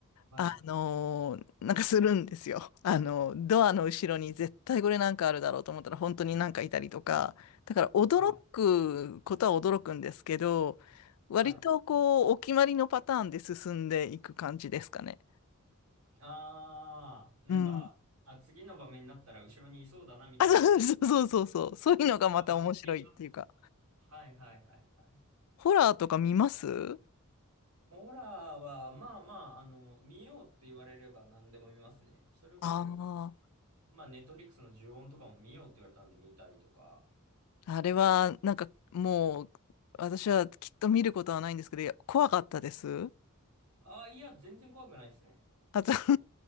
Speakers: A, on the right; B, on the left.
A: い
B: あの、なんかするんですよ。あの、ドアの後ろに絶対これなんかあるだろうと思ったら本当になんかいたりとか、だから驚くことは驚くんですけど、
A: はい
B: 割とこう、
A: はい。
B: お決まりのパターンで進んでいく感じですかね。
A: ああ、なんか、
B: うん
A: あ、次の場面になったら後ろにいそうだな、みたいに、
B: あ、そうそうそうそうそう。そう <laughs> いうのがまた面白いっていうか。
A: わかる系が。はいはいはいはい。
B: ホラーとか見ます
A: ホラーは、まあまあ、あの、見ようって言われれば何でも見ますね。それこそ、
B: あ
A: まあ、ネットフリックスの呪怨とかも見ようって言われたんで見たりとか。
B: あー、あれはなんかもう私はきっと見ることはないんですけど、いや怖かったです。
A: ああ、いや、全然怖くないですね。
B: あと <laughs>